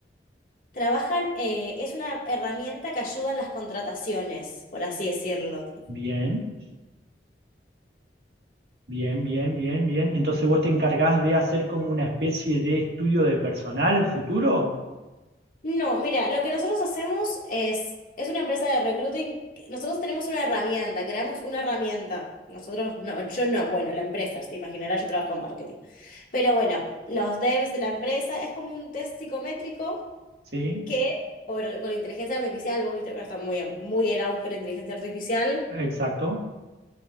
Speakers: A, on the left (about 50°); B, on the right (about 65°).
A: trabajan, eh, es una herramienta que ayuda en las contrataciones, por así decirlo.
B: bien, bien, bien, bien, bien. Entonces vos te encargás de hacer como una especie de estudio de personal futuro,
A: No, mira, lo que nosotros hacemos es, es una empresa de recruiting, nosotros tenemos una herramienta, creamos una herramienta. Nosotros, no, yo no, bueno, la empresa, te imaginarás, yo trabajo en marketing. Pero bueno, los devs de la empresa es como un test psicométrico
B: ¿sí?
A: que por, con inteligencia artificial, vos viste que ahora está muy, en- muy en auge la inteligencia artificial,
B: Exacto.